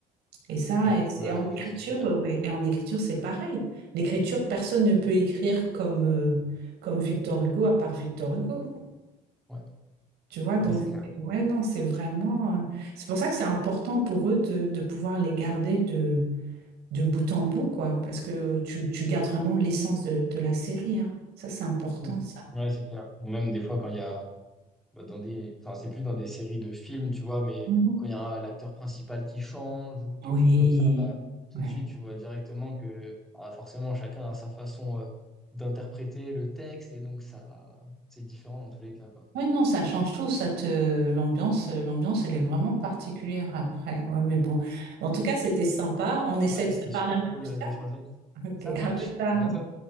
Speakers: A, on the right; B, in the centre.
A: Et ça,
B: Ouais,
A: et, c'est-
B: ouais,
A: en écriture,
B: je vois ce que tu veux dire.
A: euh, ouais. Et en écriture, c'est pareil. L'écriture, personne ne peut écrire comme, euh, comme Victor Hugo à part Victor Hugo.
B: Ouais,
A: Tu vois, donc,
B: ouais, c'est clair.
A: c'est- ouais, non, c'est vraiment. euh, C'est pour ça que c'est important pour eux de, de pouvoir les garder de, de bout en bout, quoi. Parce que tu, tu gardes vraiment l'essence de, de la série, hein. Ça, c'est important,
B: Mm.
A: ça.
B: Ouais, c'est clair. Ou Même des fois, quand il y a bah, dans des, enfin, c'est plus dans des séries de films, tu vois, mais
A: Mhm.
B: quand il y a l'acteur principal qui change ou quelque
A: Oui,
B: chose comme ça, bah, tout
A: ouais.
B: de suite, tu vois directement que bah, forcément, chacun a sa façon euh, d'interpréter le texte et donc ça, c'est différent dans tous les cas, quoi.
A: Oui, non, ça change tout, ça te l'ambiance, l'ambiance, elle est vraiment particulière après. Ouais, mais bon. En tout cas, c'était sympa. On essaie
B: Ouais,
A: de se
B: c'était
A: parler
B: super
A: un peu
B: cool
A: plus
B: euh,
A: tard.
B: d'échanger.
A: Ok,
B: Ça marche.
A: à plus tard.
B: À bientôt.